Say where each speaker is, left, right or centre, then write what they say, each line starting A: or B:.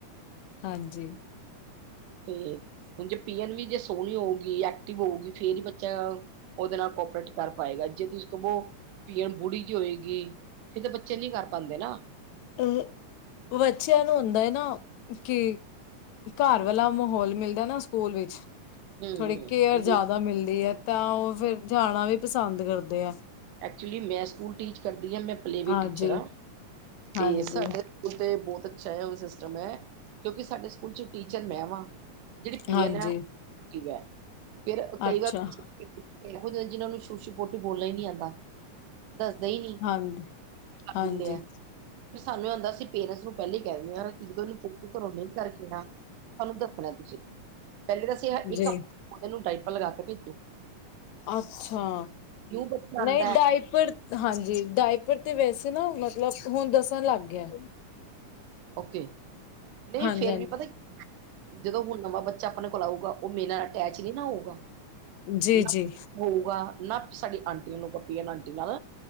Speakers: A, on the left; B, on the right.
A: ਹਾਂਜੀ।
B: ਤੇ ਹੁਣ ਜੇ ਪੀ ਐਨ ਵੀ ਜੇ ਸੋਣੀ ਹੋਊਗੀ ਐਕਟਿਵ ਹੋਊਗੀ ਫੇਰ ਹੀ ਬੱਚਾ ਉਦੇ ਨਾਲ ਕੋਪਰੇਟ ਕਰ ਪਾਏਗਾ ਜੇ ਤੁਸੀਂ ਕਵੋ ਪੀਅਨ ਬੁੜੀ ਜੀ ਹੋਊਗੀ ਫਿਰ ਤਾਂ ਬੱਚੇ ਕੋਪਰੇਟ ਨੀ ਕਰ ਪਾਂਦੇ ਨਾ।
A: ਅਹੂੰ ਬੱਚਿਆਂ ਨੂੰ ਹੁੰਦਾ ਏ ਨਾ ਕਿ ਘਰ ਵਾਲਾ ਮਾਹੌਲ ਮਿਲਦਾ ਨਾ ਸਕੂਲ ਵਿੱਚ
B: ਹਮ
A: ਥੋੜ੍ਹੀ ਕੇਅਰ ਜ਼ਿਆਦਾ ਮਿਲਦੀ ਹੈ, ਤਾਂ ਉਹ ਫਿਰ ਜਾਣਾ ਵੀ ਪਸੰਦ ਕਰਦੇ ਆ।
B: ਐਕਚੁਲੀ ਮੈਂ ਸਕੂਲ ਟੀਚ ਕਰਦੀ ਹਾਂ ਮੈਂ ਪਲੇਵੇ
A: ਹਾਂਜੀ
B: ਟੀਚਰ ਆ
A: ਹਾਂਜੀ
B: ਤੇ ਸਾਡੇ ਸਕੂਲ ਤੇ ਬੌਤ ਅੱਛਾ ਏ, ਸਿਸਟਮ ਐ ਕਿਉਂਕਿ ਸਾਡੇ ਸਕੂਲ ਚ ਟੀਚਰ ਮੈਂ ਵਾਂ। ਜਿਹੜੀ ਪੀ
A: ਹਾਂਜੀ
B: ਐਨ ਉਹ ਐਕਟਿਵ ਹੈ ਫਿਰ ਕਈ
A: ਅੱਛਾ
B: ਵਾਰ ਇਹੋ ਜਿਏ ਜਿਨਾਂ ਨੂੰ ਸ਼ੁਸ਼ੂ ਪੋਟੀ ਬੋਲਣਾ ਈ ਨੀ ਆਂਦਾ। ਦੱਸਦਾ ਈ ਨੀ
A: ਹਾਂਜੀ
B: ਵਿਚ ਕਰ
A: ਹਾਂਜੀ
B: ਦਿੰਦੇ ਆ ਸਾਨੂੰ ਇਹ ਹੁੰਦਾ ਅਸੀ ਪੇਰੈਂਸ ਨੂੰ ਪਹਿਲੇ ਕਹਿ ਦਿੰਨੇ ਆ ਕੀ ਜਦੋਂ ਇਨੂੰ ਪੋਟੀ ਘਰੋਂ ਨੀ ਕਰਕੇ ਆਏ ਆ ਸਾਨੂੰ ਦੱਸਣਾ ਤੁਸੀਂ। ਪਹਿਲੇ ਤੇ ਅਸੀਂ ਇੱਕ
A: ਜੀ
B: ਹਫ਼ਤਾ ਉਹਦੇ ਨੂੰ ਡਾਈਪਰ ਲਗਾ ਕੇ ਭੇਜੋ।
A: ਅੱਛਾ,
B: ਕਿਉਂ ਬੱਚਾ ਆਉਂਦਾ
A: ਨਹੀਂ
B: ਹੈ
A: ਡਾਇਪਰ ਹਾਂਜੀ ਡਾਇਪਰ ਤੇ ਵੈਸੇ ਨਾ ਮਤਲਬ ਹੁਣ ਦੱਸਣ ਲੱਗ ਗਿਆ।
B: ਓਕੇ, ਨਈ
A: ਹਾਂਜੀ
B: ਫੇਰ
A: ਹਾਂਜੀ
B: ਵੀ ਪਤਾ ਕੀ ਜਦੋਂ ਹੁਨ ਨਵਾਂ ਬੱਚਾ ਆਪਨੇ ਕੋਲ ਆਊਗਾ, ਓ ਮੇਰੇ ਨਾਲ ਅਟੈਚ ਨੀ ਨਾ ਹੋਊਗਾ।
A: ਜੀ
B: ਨਾ
A: ਜੀ
B: ਹੋਊਗਾ ਨਾ ਸਾਡੀ ਆਂਟੀ ਨੂੰ ਪੀਅਨ ਆਂਟੀ ਨਾਲ